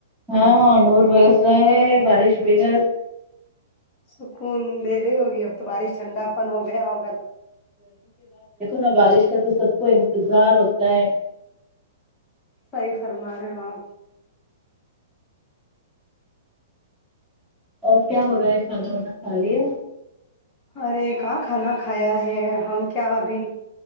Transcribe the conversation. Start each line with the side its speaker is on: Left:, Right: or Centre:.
Centre: ہاں نور برس ہے بارش بے حد
Left: سک د ی ہوگی اب تو بارش ٹھنڈا پن ہو گیا ہوگا تو
Centre: ن بارش کا تو سب کو انتظار ہوتا ہے
Left: صی فرما رہے ہ
Centre: اور کیا ہو رہا ہے کھانا وانا کھا لیاپ
Left: ارے کہاں کھانا کھایا ہے ہم کیا ابھی